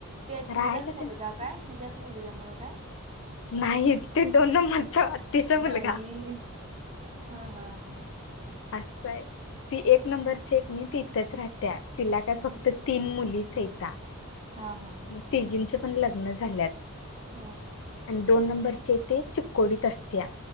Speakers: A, on the right (about 25°); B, on the left (about 60°).
A: ते
B: राहायला
A: तिचाच मुलगा
B: तेन
A: काय तिच्याच मुलग्या मुळ काय
B: नाही ते दोन माच्या मातचा मुलगा.
A: बाई हा हा हा
B: असंय ती
A: अं,
B: एक नंबरची एक मी ती इथंच राहत्या तिला काय
A: हम्म
B: फक्त तीन मुलीचहता.
A: हा हा
B: मग तिघींचे पण लग्न झाल्यात.
A: हा
B: आणि दोन नंबरचे ते चिककोडीत असत्या.